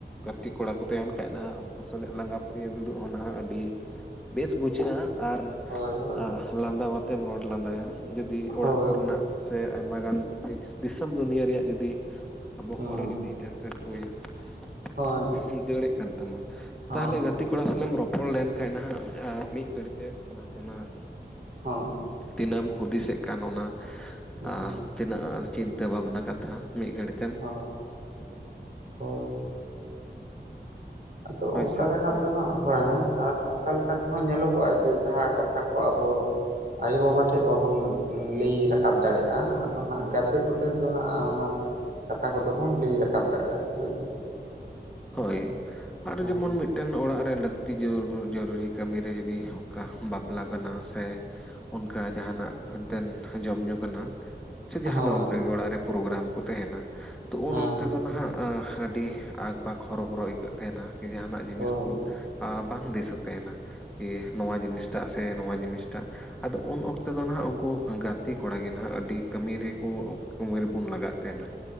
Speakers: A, in the centre; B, on the right.
A: ᱜᱟᱛᱮ ᱠᱚᱲᱟ ᱠᱚ ᱛᱟᱦᱮᱱ ᱠᱷᱟᱡ ᱱᱟ ᱥᱟᱞᱮ ᱞᱟᱸᱜᱟ ᱯᱷᱟᱹᱨᱭᱟᱹ ᱫᱩᱲᱩᱵ ᱦᱚᱸ ᱱᱟᱦᱟᱜ ᱟᱹᱰᱤ ᱵᱮᱥ ᱵᱩᱡᱷᱟᱹᱜᱼᱟ ᱾ ᱟᱨ
B: ᱦᱳᱭ ᱦᱳᱭ᱾
A: ᱞᱟᱸᱫᱟ ᱟᱛᱮᱢ ᱨᱚᱲ ᱞᱟᱸᱫᱟᱭᱟ ᱡᱩᱫᱤ
B: ᱦᱳᱭ
A: ᱚᱲᱟᱜ ᱠᱚᱨᱮᱱᱟᱜ ᱥᱮ ᱟᱭᱢᱟᱜᱟᱱ ᱫᱤᱥᱚᱢ ᱫᱩᱱᱤᱭᱟᱹ ᱨᱮᱭᱟᱜ ᱡᱩᱫᱤ ᱵᱚᱦᱚᱜ
B: ᱦᱩᱸ
A: ᱨᱮ ᱡᱩᱫᱤ ᱴᱮᱱᱥᱚᱱ ᱠᱚ <unintelligible>
B: ᱦᱳᱭ
A: ᱫᱟᱹᱲᱮᱜ ᱠᱟᱱ ᱛᱟᱢᱟ,
B: ᱦᱳᱭ
A: ᱛᱟᱦᱚᱞᱮ ᱜᱟᱛᱮ ᱠᱚᱲᱟ ᱥᱟᱞᱟᱜ ᱮᱢ ᱨᱚᱯᱚᱲ ᱞᱮᱱᱠᱷᱟᱱᱡ ᱱᱟᱦᱜ ᱢᱤᱫ ᱜᱷᱟᱹᱲᱤᱛᱮ ᱥᱟᱱᱟ ᱵᱚᱱᱟ ᱾
B: ᱦᱚᱸᱼᱼ
A: ᱛᱤᱱᱟᱹᱢ ᱦᱩᱫᱤᱥᱮᱫ ᱠᱟᱱ ᱚᱱᱟ
B: ᱦᱩᱸ
A: ᱟᱸᱻ ᱛᱤᱱᱟᱹᱜ ᱪᱤᱱᱛᱟᱹ ᱵᱷᱟᱵᱽᱱᱟ ᱠᱟᱛᱷᱟ! ᱢᱤᱫ ᱜᱷᱟᱹᱲᱤᱡᱼᱼ
B: <unintelligible> ᱦᱮᱸ ᱦᱳᱭ᱾ ᱟᱫᱚ
A: ᱦᱳᱭ
B: ᱚᱱᱠᱟ
A: ᱥᱮ
B: ᱜᱮ <inaudible>
A: ᱦᱩᱸ
B: ᱦᱮᱸ ᱟᱨ ᱚᱝᱼᱼ ᱚᱠᱟ ᱞᱮᱠᱟ ᱛᱮᱦᱚᱸ ᱧᱮᱞᱚᱜᱚᱜ-ᱟ ᱡᱮ ᱡᱟᱦᱟᱸ ᱠᱟᱛᱷᱟ ᱠᱚ ᱟᱵᱚᱼᱼ ᱟᱭᱳᱼᱵᱟᱵᱟ ᱴᱷᱮᱡ ᱵᱟᱵᱚᱱ ᱞᱟᱹᱭ ᱨᱟᱠᱟᱵ ᱫᱟᱲᱮᱭᱟᱜ-ᱟ ᱟᱫᱚ ᱦᱟᱸᱜ ᱜᱟᱛᱮ ᱠᱚᱴᱷᱮᱱ ᱫᱚ ᱦᱟᱸᱜ ᱚᱱᱟᱼᱼ ᱠᱟᱛᱷᱟ ᱠᱚᱫᱚᱵᱚᱱ ᱞᱟᱹᱭ ᱨᱟᱠᱟᱵ ᱫᱟᱲᱮᱭᱟᱜ-ᱟ᱾ᱦᱳᱭᱼᱼ
A: ᱦᱳᱭ ᱟᱨᱚ
B: ᱦᱮᱸ
A: ᱡᱮᱢᱚᱱ ᱢᱤᱫᱼᱼ ᱢᱤᱫᱴᱮᱱ ᱚᱲᱟᱜ ᱨᱮ ᱞᱟᱹᱠᱛᱤ <inaudible> ᱡᱚᱨᱩᱨᱤ ᱠᱟᱹᱢᱤᱤᱨᱮ ᱡᱩᱫᱤ ᱚᱱᱠᱟ ᱵᱟᱯᱞᱟ ᱠᱟᱱᱟ ᱥᱮᱼᱼ ᱚᱱᱠᱟ ᱡᱟᱦᱟᱸᱱᱟᱜ ᱮᱱᱛᱮᱱ ᱡᱚᱢ ᱧᱩ ᱠᱟᱱᱟᱼᱼ ᱪᱮ ᱡᱟᱦᱟᱸᱱᱟᱜ
B: ᱦᱳᱭ
A: ᱚᱱᱠᱟᱜᱮ ᱚᱲᱟᱜ ᱨᱮ ᱯᱨᱳᱜᱨᱟᱢ ᱠᱚ ᱛᱟᱦᱮᱸᱱᱟ, ᱛᱚ
B: ᱦᱮᱸ
A: ᱩᱱ ᱚᱠᱛᱮ ᱫᱚ ᱱᱷᱟᱜᱼᱼ ᱟᱸ ᱟᱹᱰᱤ ᱟᱠ ᱵᱟᱠᱷ ᱦᱚᱨᱚᱵᱚᱨᱚ ᱟᱹᱭᱠᱟᱹᱜᱼᱼ ᱛᱟᱦᱮᱱᱟ ᱠᱤ ᱡᱟᱦᱱᱟᱜ ᱡᱤᱱᱤᱥ
B: ᱦᱳᱭ
A: ᱠᱚ ᱵᱟᱝ ᱫᱤᱥᱟᱹ ᱛᱟᱦᱮᱸᱱᱟ᱾ ᱠᱤ ᱱᱚᱣᱟ ᱡᱤᱱᱤᱥᱴᱟᱜ ᱥᱮ ᱱᱚᱣᱟ ᱡᱤᱱᱤᱥᱴᱟᱜ ᱟᱫᱚ ᱩᱱ ᱚᱠᱛᱮ ᱫᱚ ᱱᱷᱟᱜ ᱩᱱᱠᱩᱼᱼ ᱜᱟᱛᱮ ᱠᱚᱲᱟ ᱜᱮ ᱱᱷᱟᱜ ᱟᱹᱰᱤ ᱠᱟᱹᱢᱤ ᱨᱮᱠᱚ ᱠᱟᱹᱢᱟᱹᱭ ᱨᱮᱵᱚᱱ ᱞᱟᱜᱟᱜ ᱛᱟᱦᱮᱸᱱᱟ